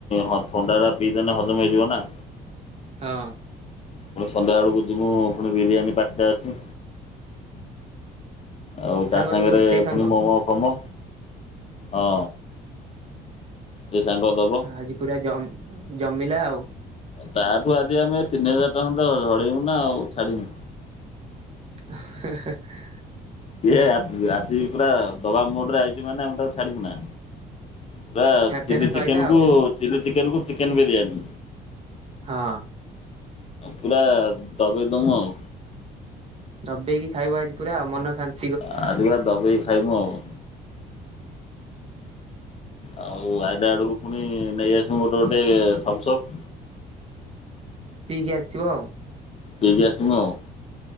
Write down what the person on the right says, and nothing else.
ହଁ।
ସାଙ୍ଗ
ଦଉଛି ସେଇ ସାଙ୍ଗ
ଆଜି ପୁରା ଜମି ଜମିଲା ଆଉ?
<unintelligible>
ଛାଡିଦେନେ
ସଇଲା ଆଉ
ହଁ।
ଦବେଇକି ଖାଇବ ଆଜି ପୁରା ଆଉ ମନ ଶାନ୍ତ
ପିଇକି ଆସିଯିବ ଆଉ।